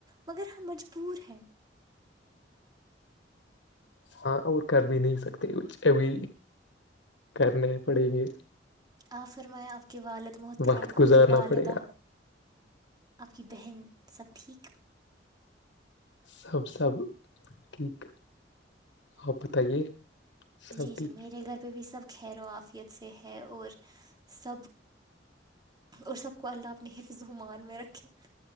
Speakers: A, on the right; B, on the left.
A: مگر ہم مجبور ہیں
B: ہاں اور کر بھی نہیں سکتے کچ ا بھی کرنے پڑے گے
A: آپ فرمایں آپ کو اب کے والد محترم
B: وقت
A: آپ
B: گزارنا
A: کی والدہ
B: پڑے گا
A: آپ کی بہن سب ٹھیک
B: سب سب ٹھیک آپ بتائیے سب
A: جی جی
B: ٹھیک
A: میرے گھر پہ بھی سب خیر و آافیت سے ہے اور سب اور سب کو اللہ اپنے حفظ ومان میں رکھے